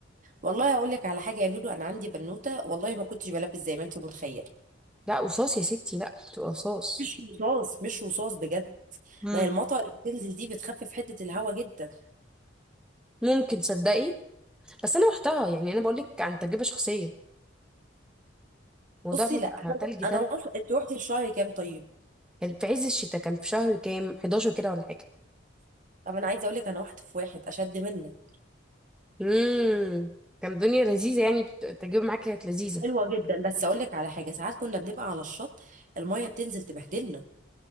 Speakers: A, on the right; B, in the centre.
A: والله هقول لك على حاجة يا لولو انا عندي بنوتة والله ما كنتش بلبس زي ما انتي متخيلة
B: لا قصاص يا ستي لا بتبقى قصاص
A: مش رصاص مش رصاص بجد
B: مم.
A: ما هي المطر اللي بتنزل دي بتخفف حدة الهوا جدا
B: ممكن تصدقي بس انا رحتها يعني انا بقول لك عن تجربه شخصيه الموضوع
A: بصي
B: بيبقى
A: لا انا
B: تلج تلج
A: انا رحت- انت رحتي في شهر كام طيب
B: كان في عز الشتاء كان في شهر كام 11 كده ولا حاجه
A: طب انا عايزه اقول لك انا رحت في واحد اشد منك
B: امم كان الدنيا لذيذه يعني بت- التجربه معاك كانت لذيذه
A: حلوه جدا بس اقول لك على حاجه ساعات كنا بنبقى على الشط الميه بتنزل تبهدلنا